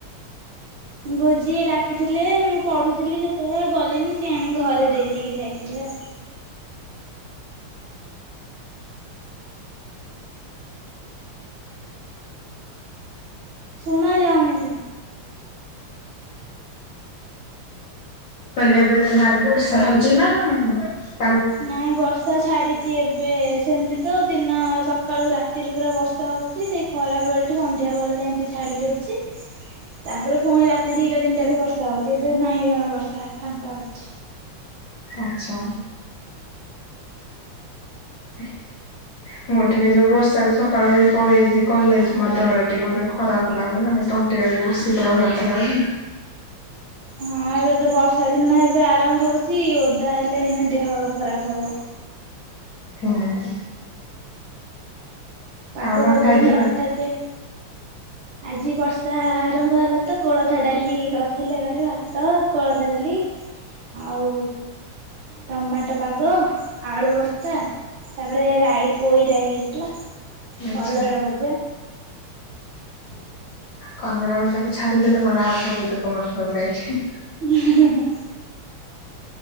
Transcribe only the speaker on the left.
କହିଲି ଏବେ ତମ ଆଡେ ବର୍ଷା ହଉଛି ନା ହୁଁ।
ଆଚ୍ଛା। <unintelligible> ମୁଁ ଟିକେ ଯୋଉ ବର୍ଷାରେ ସକାଳ ବେଳି ପଳେଇଛି କଲେଜ ମୋ ଦେହଟା ଟିକେ ମତେ ଖରାପ। ଲାଗୁନି ମାନେ ତଣ୍ଟିଟା ଟିକେ ବସିଗଲା ଭଳିଆ ମୋତେଲାଗୁଛି।
ହୁଁ।
ଆଉ କଣ
ଖାଇଥିଲ?
ଆଚ୍ଛା
କଲରା ଭାଜାକୁ ଛାଡିଦେଲେ ମୋର ଆଉ ସବୁ ତ ମୋର ଫେବରାଇଟ।